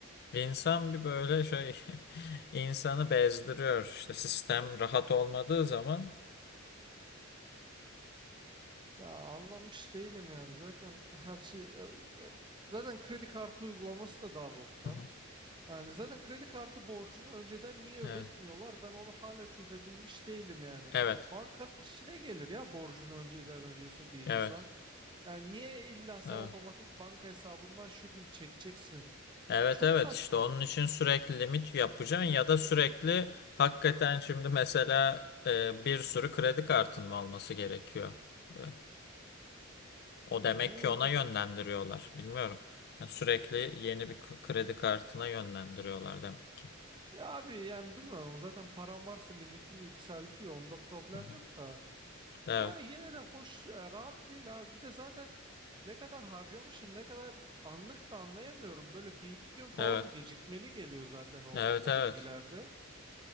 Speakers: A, on the left; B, on the right.
A: İnsan bir böyle şey <laughs> insanı bezdiriyor işte sistem rahat olmadığı zaman.
B: Ya anlamış değilim yani zaten her şey ya- yani zaten kredi kartı uygulaması da daha boktan.
A: Hı hı.
B: Yani zaten kredi kartı borcunu önceden niye
A: Evet
B: ödetmiyorlar? Ben onu hala çözebilmiş değilim yani.
A: evet
B: Bankanın işine gelir ya borcunu önceden ödüyorsa bir
A: evet
B: insan. Yani niye illa sen
A: evet.
B: otomatik banka hesabından şu gün çekeceksin?
A: Evet
B: Çok
A: evet
B: saçma.
A: işte onun için sürekli limit yapacaksın ya da sürekli hakikaten şimdi mesela e, bir sürü kredi kartın mı olması gerekiyor? E, o demek
B: Ne
A: ki ona
B: bileyim.
A: yönlendiriyorlar. Bilmiyorum. Yani sürekli yeni bir k- kredi kartına yönlendiriyorlar demek ki.
B: Ya abi yani bilmiyorum zaten paran varsa limitini yükseltiyor onda problem
A: Hı hı.
B: yok da.
A: Evet
B: Ama hani yine de hoş, e, rahat değil abi. Bir de zaten ne kadar harcamışım, ne kadar anlık da anlayamıyorum. Böyle bir iki gün falan
A: evet
B: gecikmeli geliyor zaten o,
A: evet
B: o
A: evet.
B: bilgilerde.